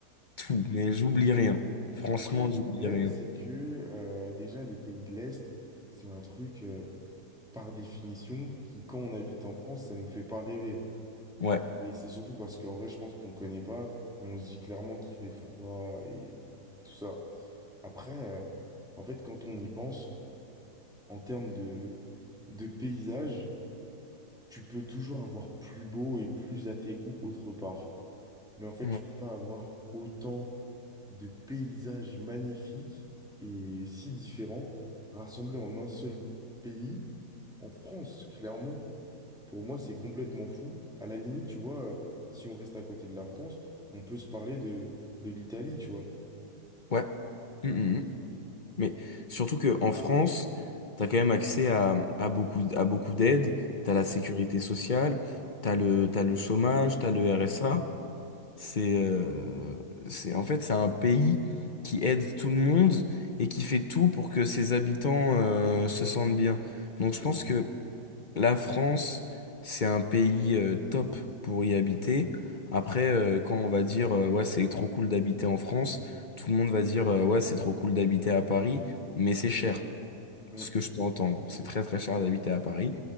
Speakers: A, on the left (about 40°); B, in the centre.
A: tout mais j'oublie rien franchement
B: Après, le
A: j'oublie
B: problème,
A: rien
B: c'est que euh, déjà, les pays de l'Est, c'est un truc, euh, par définition, qui, quand on habite en France, ça nous fait pas rêver.
A: ouais
B: Et c'est surtout parce qu'en vrai, je pense qu'on connaît pas et on se dit clairement qu'il fait froid et tout ça. Après, euh, en fait, quand on y pense, en termes de, de paysage, tu peux toujours avoir plus beau et plus à tes goûts autre part. Mais en fait,
A: ouais
B: tu peux pas avoir autant de paysages magnifiques et si différents rassemblés en un seul pays, en France, clairement. Pour moi, c'est complètement fou. À la limite, tu vois, euh, si on reste à côté de la France, on peut se parler de, de l'Italie, tu vois.
A: ouais Mm, mm, mm. Mais surtout que en France, t'as quand même accès à, à beaucoup, à beaucoup d'aides. t'as la
B: Mm,
A: sécurité sociale, t'as le, t'as le chômage, tu as le RSA. C'est, euh, c'est, en fait, c'est un pays qui aide tout le monde et qui fait tout pour que ses habitants, euh, se sentent bien. Donc
B: c'est
A: je
B: vrai.
A: pense que la France, c'est un pays euh, top pour y habiter. Après, euh, quand on va dire euh, ouais, c'est trop cool d'habiter en France, tout le monde va dire euh, ouais, c'est trop cool d'habiter à Paris, mais c'est cher
B: Mm,
A: ce que je peux entendre. C'est très très cher d'habiter à Paris,